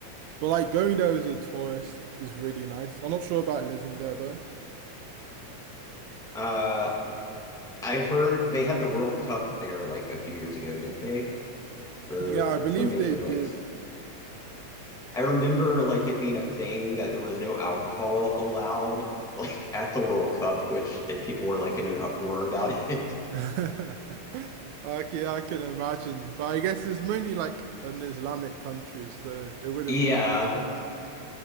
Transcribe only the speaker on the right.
But like going there as a tourist is really nice. I'm not sure about living there though.
Yeah, I believe
they did.
<laughs>
Like yeah, I can imagine. But I guess it's mainly like an Islamic country, so they wouldn't
really allow that.